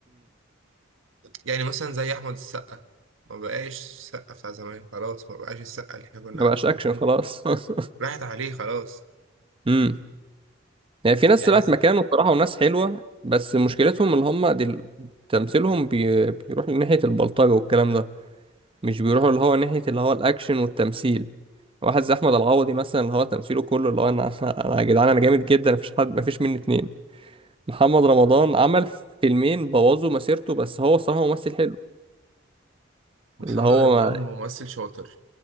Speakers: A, on the right (about 80°); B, on the right (about 30°).
A: يعني مثلا زي احمد السقا ما بقاش السقا بتاع زمان خلاص ما بقاش السقا اللي احنا كنا
B: ما
A: عارفينه
B: بقاش اكشن
A: هو
B: خلاص <laughs>
A: راحت عليه خلاص
B: امم يعني في ناس
A: يعني
B: طلعت
A: ز-
B: مكانه بصراحه وناس حلوه بس مشكلتهم اللي هم دل... تمثيلهم بي... بيروح لناحيه البلطجه والكلام ده مش بيروحوا اللي هو ناحيه اللي هو الاكشن والتمثيل واحد زي احمد العوضي مثلا اللي هو تمثيله كله اللي هو انا <laughs> انا يا جدعان انا جامد جدا مفيش حد مفيش مني اتنين محمد رمضان عمل فيلمين بوظوا مسيرته بس هو الصراحه ممثل حلو
A: محمد
B: اللي هو
A: رمضان
B: ما...
A: ممثل شاطر